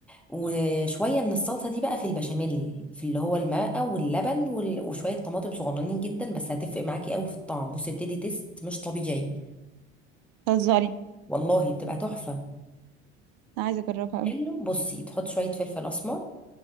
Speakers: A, in the centre; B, on the right.
A: وشوية من الصلصة دي بقى في البشاميل في اللي هو الماء واللبن وال- وشوية طماطم صغننين جدا بس هتفرق معاكي قوي في الطعم بصي بتدي تيست مش طبيعي
B: تهزري
A: والله بتبقى تحفة
B: انا عايزه اجربها قوي
A: حلو بصي تحط شوية فلفل أسمر